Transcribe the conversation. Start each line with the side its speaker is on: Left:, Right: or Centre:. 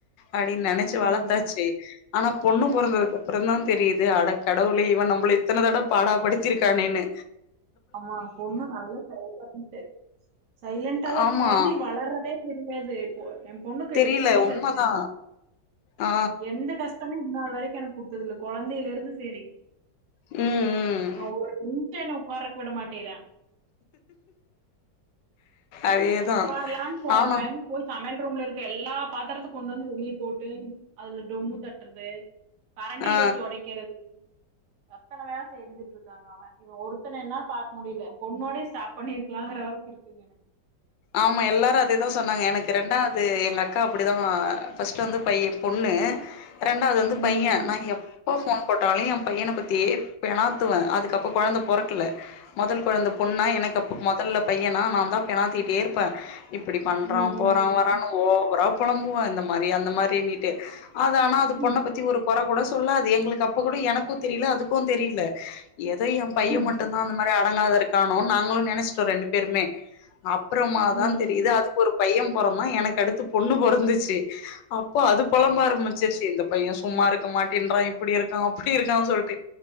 Left: அடின்னு நெனச்சு
Right: ம்.
Left: வளத்தாச்சு ஆனா பொண்ணு பொறந்ததுக்கு அப்றோன்தா தெரிது அட கடவுளே இவ நம்மள இத்தன தடவ பாடா படித்திருக்கானேனு
Right: ஆமா பொண்ணு நல்ல சைலன்ட்டு சைலன்டாதா
Left: ஆமா
Right: கொழந்தைங்க வளர்றதே தெரியாது இப்போ எ பொண்ணுக்கு
Left: தெரில
Right: எட்டு வய்சாச்சு
Left: உண்மதா ஆ
Right: எந்த கஷ் டோமே இன்னால் வரைக்கு எனக் குடுத்தது இல்ல கொழந்தைல இருந்து சேரி
Left: ம் ம்
Right: இவ ஒரு என்ன உக்காரக் விட மாட்டிக்றா
Left: அதேதா
Right: உக்காரலான் போவே
Left: நானு
Right: போய் சமைல் ரூம்ல இருக்க எல்லா பாத்தரத்த கொண்டு வந்து வெளிய போட்டு அதுல டும்மு தட்டுறது கரண்டிய
Left: ஆ
Right: வெச்சு ஒடைக்கறது எத்தன வேல செஞ்சிட்ருக்காங்க அவ இவ ஒருத்தன என்னால பாக்க முடில பொண்ணோட ஸ்டாப் பண்ணிருக்கலாங்குற அளவுக்கு இருக்குங்க எனக்கு
Left: ஆமா எல்லாரு அதேதா சொன்னாங்க எனக்கு ரெண்டாவ்து அது எங்க அக்கா அப்டிதா ஃபஸ்டு வந்து பைய் பொண்ணு ரெண்டாவது வந்து
Right: ம்.
Left: பைய நா எப் எப்ப போன் போட்டாலு எ பையன பத்தியே பேணாத்துவ அதுக்கப்ப கொழந்த பொறக்கல முதல் கொழந்த பொண்ணா
Right: சரி.
Left: எனக் அப்போ முதல்ல பையனா நா தா பேணாத்திட்டே இருப்ப இப்டி பண்றா
Right: ம்,
Left: போறா வரான்னு ஓவரா போலம்புவ இந்த மாரி அந்த மாரினிட்டு அது ஆனா அது
Right: ம்,
Left: பொண்ண பத்தி ஒரு கொற கூட சொல்லாது எங்களுக்கு அப்ப கூட எனக்கு தெரில அதுக்கு தெரில எதோ எ பைய
Right: ம்.
Left: மட்டுதா அந்த மாரி அடங்காத இருக்கானோன் நாங்களு நெனச்சிட்டோ ரெண்டு பேருமே அப்றோமாதா
Right: ம்.
Left: தெரியுது அதுக்கு ஒரு பைய பொறதா எனக்கு அடுத்து பொண்ணு பொறந்துச்சு அப்போ அது பொழம்ப ஆரம்மி செர்சி இந்த பைய சும்மா இருக்க மாட்டின்றா இப்புடி இருக்கா அப்புடி இருக்கான் சொல்டு